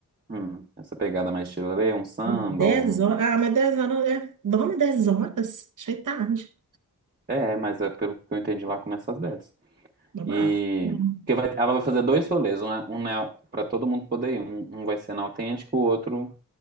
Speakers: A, on the right; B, on the right.
A: Hum, essa pegada mais Tilelê, um samba,
B: dez
A: um...
B: horas. Ah, mas 10 horas é. Dorme dez horas? Achei tarde.
A: É, mas é pelo que eu entendi lá, começa às 10.
B: Babado.
A: E
B: Não.
A: porque vai- ela vai fazer dois rolês, um, é- um é para todo mundo poder ir. Um, um vai ser na autêntica, o outro